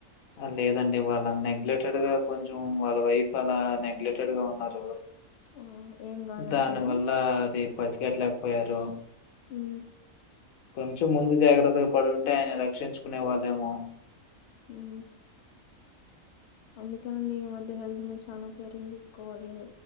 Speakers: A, on the left (about 85°); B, on the left (about 65°).
A: లేదండి వాళ్ళ నెగ్లెటెడ్ గా కొంచెం వాళ్ళ వైఫ్ అలా నెగ్లెకటెడ్ గా ఉన్నారు
B: ఆ, ఏం కాదనుకునే
A: దాని వల్లా అది పసగట్టలేకపోయారు
B: హు
A: కొంచెం ముందు జాగ్రత్తగా పడి ఉంటే ఆయన రక్షించుకునే వాళ్ళేమో
B: ఊ అందుకేనండి ఈ మధ్య హెల్త్ మీద చానా కేరింగ్ తీసుకోవాలి